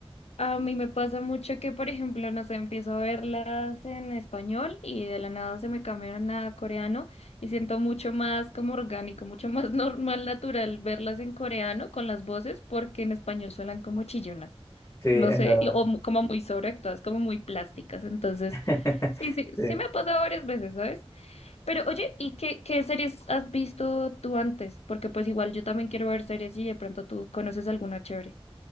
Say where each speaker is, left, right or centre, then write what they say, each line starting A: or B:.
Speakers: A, on the left (about 90°); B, on the left (about 25°).
A: A mí me pasa mucho que, por ejemplo, no sé, empiezo a verlas en español y de la nada se me cambian a coreano y siento mucho más como orgánico, mucho más <laughs> normal, natural verlas en coreano con las voces porque en español suenan como chillonas,
B: Sí,
A: no
B: es
A: sé,
B: verdad.
A: y- o mu- como muy sobreactuadas, como muy plásticas. Entonces,
B: <laughs>
A: sí, sí,
B: Sí.
A: sí me ha pasado varias veces, ¿sabes? Pero oye, ¿y qué, qué series has visto tú antes? Porque pues igual yo también quiero ver series y de pronto tú conoces alguna chévere.